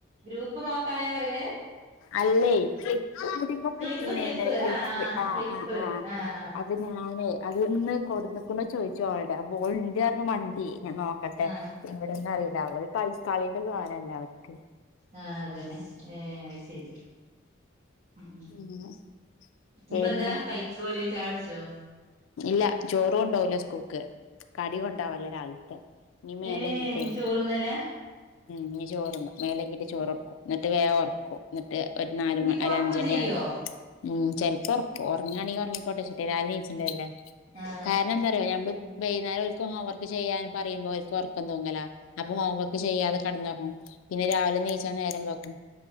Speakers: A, on the right; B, on the left.
A: ഗ്രൂപ്പ് നോക്കാന പറെണ്
B: അല്ലേ ക്ലിപ്പ് മുടികുത്തിനേര്ന്ന്
A: ക്ലിപ്പ് ക്ലിപ്പ്
B: ക്ലിപ്പ്ആ
A: ആ ആ ക്ലിപ്പ്
B: ആ
A: ആ
B: അ ഞാനേ അത്ന്ന്ന് കൊടുന്നക്കണ്ട ചോദിച്ചോളടെ അപ്പോ ന്റർന്ന് വണ്ടി ഞാൻ നോക്കട്ടെ
A: ആ
B: ഇവിടെന്ന അറിയില്ല അവ ഒരു കളിക്കളിന്റെ കാരല്ല അവർക്ക്
A: ആഹ അതന്നെ ഏ ശരി ഉ ഉ
B: ഉം
A: ഇനിയിപ്പോ
B: പിന്നെ
A: എന്താ കഴിക്കുവല ചാടിച്ചോ
B: ഇല്ല ചോറും കൊണ്ടാവലോ സ്കൂക്ക് കടി കൊണ്ടാവല്ലേ രാവിൽത്തെ ഇനിമേലയ്കി
A: ഏ
B: കഴിക്കും
A: നീ ചോറുന്നലാ
B: ഉം ചോറ മേലക്കിട്ട് ചോറിറക്കും എന്നിട്ട് വേം ഇറക്കും എന്നിട്ട് ഒരു നാല്
A: ഇനിയിപ്പൊ
B: മണി ഒരു
A: ഒറക്കും
B: അഞ്ചര
A: ചെയ്യോ
B: മണിയ ഉ ചിലപ്പോ ഉറക്കും ഉറങ്ങാണെങ്കിൽ ഉറങ്ങിക്കോട്ടെ ചിട്ടത്ീച്ചിണ്ടല്ലേ
A: ആ
B: കാരണം എന്താ പറയ നഞമ്മള് ബൈനാക്കുംർ <inaudible> ചെയ്യ പറയുമ്പോ അവ ഉറക്കം ത അപ്പൊ ഹോംവർക്ക് ചെയ്യാതെ കിടന്നങ്ങണം പിന്നെ രാവിലെ നീ നേരം വക്കും